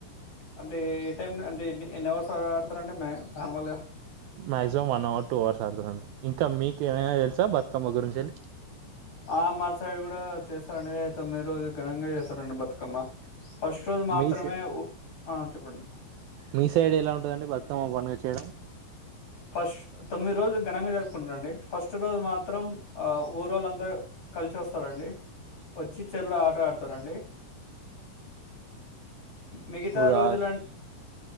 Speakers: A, on the left; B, on the right.
A: అంటే ఏ టైం అంటే ఎన్ని ఎన్ని అవర్స్ ఆడతారండి మ నార్మల్గా
B: maximum one hour two hours ఆడతారండి ఇంకా మీకు ఏమైనా తెలుసా బతుకమ్మ గురించి వెళ్ళి
A: ఆ మా సైడ్ కూడా చేస్తారండి తొమ్మిది రోజులు ఘనంగా చేస్తారండి బతుకమ్మ ఫస్ట్ రోజు మాత్రమే
B: మీ సైడ్
A: ఉ ఆ చెప్పండి
B: మీ సైడ్ ఎలా ఉంటదండి బతుకమ్మ ప మీరు చేయరా
A: ఫస్ట్ తొమ్మిది రోజులు ఘనంగా జరుపుకుంటారండి ఫస్ట్ రోజు మాత్రం ఆ ఊ రోళ్ళందరూ కలిసి వస్తారండి వచ్చి చెరువు లో ఆట ఆడుతారండి మిగతా
B: ఇప్పుడు
A: రోజులం
B: ఆ